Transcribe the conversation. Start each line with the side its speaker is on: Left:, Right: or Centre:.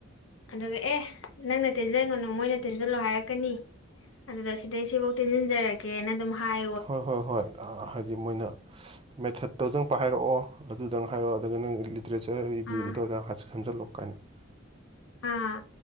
Left: ꯑꯗꯨꯒ ꯑꯦ ꯅꯪꯅ ꯇꯦꯟꯖꯟꯒꯅꯨ ꯃꯣꯏꯅ ꯇꯦꯟꯖꯜꯂꯣ ꯍꯥꯏꯔꯛꯀꯅꯤ ꯑꯗꯨꯗ ꯁꯤꯗꯩ ꯁꯤꯐꯧ ꯇꯤꯟꯁꯤꯟꯖꯔꯒꯦ ꯀꯦꯅ ꯑꯗꯨꯝ ꯍꯥꯏ
Right: ꯍꯣꯏ ꯍꯣꯏ ꯍꯣꯏ ꯑ ꯍꯥꯏꯗꯤ ꯃꯣꯏꯅ ꯃꯦꯊꯠꯇꯣꯗꯪ ꯄ ꯍꯥꯏꯔꯛꯑꯣ ꯑꯗꯨꯗꯪ ꯍꯥꯏꯔꯛꯑꯣ ꯑꯗꯨꯒ ꯅꯪ ꯂꯤꯇꯔꯦꯆꯔ ꯁꯤ ꯔꯤꯕ꯭ꯌꯨꯗꯨꯗꯧꯗꯥ
Left: ꯑꯥ
Right: ꯍꯥꯠ ꯁꯖꯜꯂꯣ ꯀꯥꯏꯅ <unintelligible>
Left: ꯑꯥ